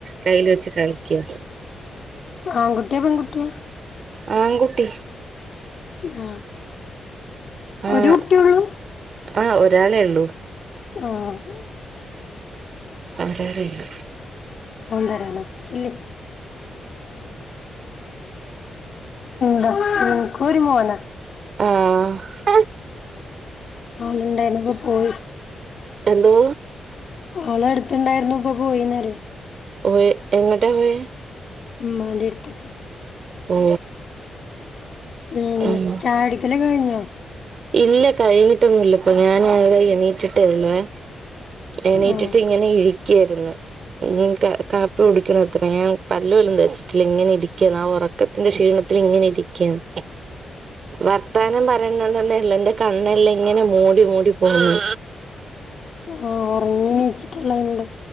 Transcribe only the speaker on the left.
ആൺ കുട്ടിയ പെൺകുട്ടിയ
ആഹ്
ഒരു കുട്ടിയൊള്ളൂ
ആഹ്
ഫോൺ തരാന ചെല്ല് ന്താ നിങ്ങക്കൊരുമോന
ആളുണ്ടായിനു പ്പ പോയി
അവള അടുത്തണ്ടായിരുന്നു ഇപ്പൊ പോയിന്നറിയ
മ്മാന്റെട്ത്ത്ക്ക്
പിന്നെ
ചായുടിക്കല് കഴിഞ്ഞോ
ആഹ്
ആഹ് ഉറങ്ങി എണീറ്റിട്ടെല്ലാണ്ട്